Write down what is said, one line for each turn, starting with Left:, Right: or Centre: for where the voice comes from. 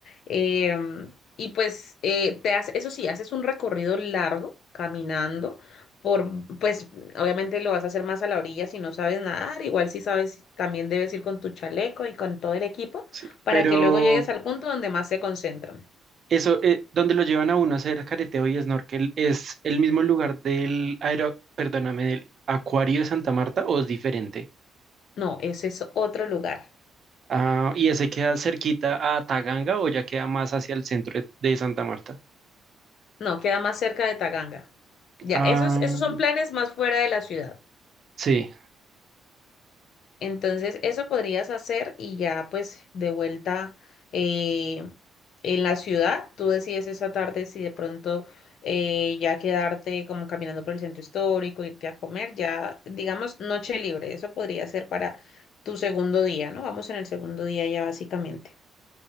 Left: em, y pues eh, te hace, eso sí, haces un recorrido largo caminando por, pues obviamente lo vas a hacer más a la orilla si no sabes nadar, igual si sabes, también debes ir con tu chaleco y con todo el equipo
Right: Sí,
Left: para
Right: pero
Left: que luego llegues al punto donde más se concentran.
Right: eso, eh, donde lo llevan a uno a hacer careteo y snorkel, ¿es el mismo lugar del aero, perdóname, del acuario de Santa Marta o es diferente?
Left: No, ese es otro lugar.
Right: Ah, ¿y ese queda cerquita a Taganga o ya queda más hacia el centro de, de Santa Marta?
Left: No, queda más cerca de Taganga. Ya,
Right: Ah,
Left: esos, esos son planes más fuera de la ciudad.
Right: sí.
Left: Entonces, eso podrías hacer y ya pues de vuelta eh, en la ciudad, tú decides esa tarde si de pronto eh, ya quedarte como caminando por el centro histórico, irte a comer, ya digamos noche libre, eso podría ser para tu segundo día, ¿no? Vamos en el segundo día ya básicamente.